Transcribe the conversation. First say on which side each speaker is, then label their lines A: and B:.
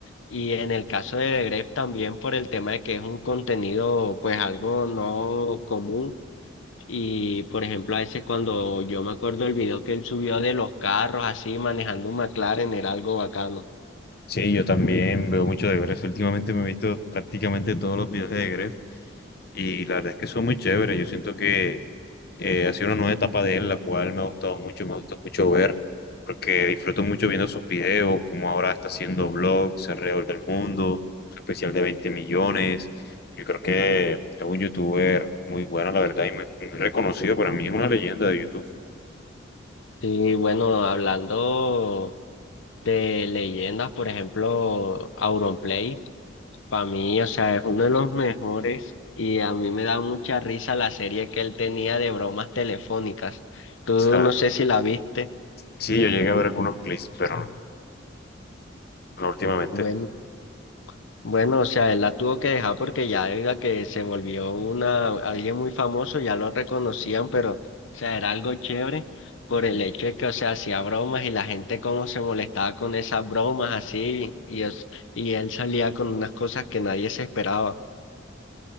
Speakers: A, on the left; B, on the left.
A: Y en el caso de Gref también por el tema de que es un contenido pues algo no común y por ejemplo a veces cuando yo me acuerdo el video que él subió de los carros así manejando un McLaren era algo bacano.
B: Sí, yo también veo mucho de Gref. Últimamente me he visto prácticamente todos los videos de Gref y la verdad es que son muy chéveres. Yo siento que eh, ha sido una nueva etapa de él, la cual me ha gustado mucho, me ha gustado mucho ver, porque disfruto mucho viendo sus videos, como ahora está haciendo vlogs alrededor del mundo, su especial de 20 millones. Yo creo que es un youtuber muy bueno, la verdad, y muy, muy reconocido. Para mí es una leyenda de YouTube. O
A: Sí, bueno, hablando de leyendas, por ejemplo, Auronplay, para mí, o sea, es uno de los mejores y a mí me da mucha risa la serie que él tenía de bromas telefónicas. Tú
B: sea,
A: no sé si la viste.
B: sí, yo llegué a ver algunos clips, pero
A: <clears throat>
B: no no últimamente.
A: Bueno. Bueno, o sea, él la tuvo que dejar porque ya debido a que se volvió una, alguien muy famoso, ya lo reconocían, pero, o sea, era algo chévere por el hecho de que, o sea, hacía bromas y la gente como se molestaba con esas bromas así, y, es, y él salía con unas cosas que nadie se esperaba.